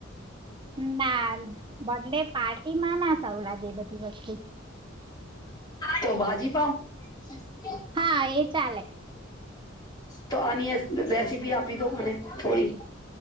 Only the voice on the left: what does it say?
તો ભાજી પાઓ? <unintelligible>
તો આની રેસીપી આપી દો, મને થોડી